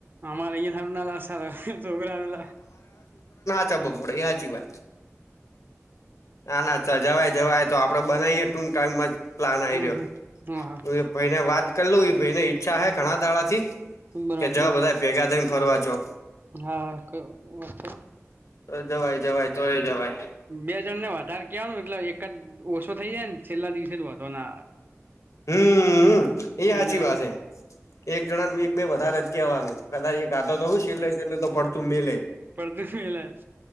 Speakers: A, on the right; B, on the left.
A: આમારે અહીંયા હારું ના આશરા તોબરાઅલ્લા
B: ચબ પડે ઈ હાચિ વાત. ના ના ચ જવાય જવાય તો આપડે બનાવીઇએ ટૂક ટાઈમ જ પ્લાન આયરો.
A: હમ હમ હા હા
B: તો એ ભયને વાતકર લવ એ ભયને ઈચ્છા અહે ઘણા દાડા થી
A: બરાબર
B: કે જાઓ બધા ભેગા થઈને ફરવા જવ.
A: હા! કોઈ વાત કરોની
B: તો જવાય જવાય તોયે જવાય.
A: બે જણને વધારે કેવાનું એટલે એકાદ ઓછો થઇ જાય ને છેલ્લા દિવસે તો વધો ના આવે.
B: હમમઅ એ
A: કઈને
B: હાચી
A: રાખો
B: વાત હે. એક જણા ન એક બે વધારે જ કેહેવાનું કદા એ કાતો તો હું છેલ્લે છેલ્લે તો પડતું મેલેજ.
A: પડતુ મેલે,